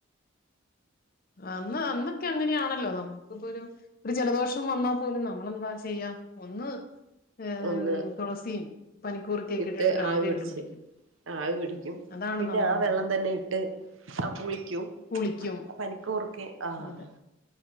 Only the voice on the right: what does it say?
ഒന്ന്
ഇട്ട്
ആവി പിടിച്ച്
ആവി പിടിക്കും
പിന്നെ
ആ വെള്ളം
തന്നെ ഇട്ട് ആ കുളിക്കും
പനിക്കൂർക്കെ ആഹ